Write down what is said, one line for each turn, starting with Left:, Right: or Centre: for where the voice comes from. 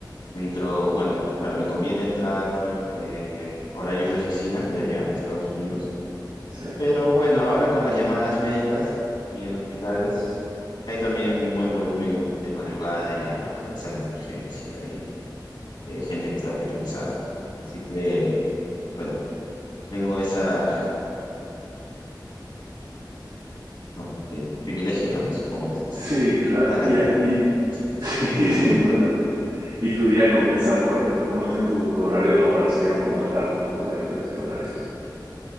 Left: entro, bueno, claro, me conviene entrar eh, horarios de oficina de allá, de Estados Unidos,
Right: sí.
Left: pero bueno, ahora con las llamadas médicas y en hospitales, hay también un buen volumen de madrugada de allá, ¿no? Por sala de emergencia y eh, gente que está hospitalizada. Así que, bueno, tengo esa, no, el privilegio, ¿no? Supongo que se dice.
Right: Sí,
Left: así.
Right: claro.
Left: Para,
Right: Y, a-
Left: <laughs>
Right: y
Left: sí,
Right: <laughs> sí,
Left: dime,
Right: sin
Left: dime.
Right: duda. Y tu día comienza por, la- o más bien tu, tu horario laboral sería por la tarde, no por la diferencia de horarios.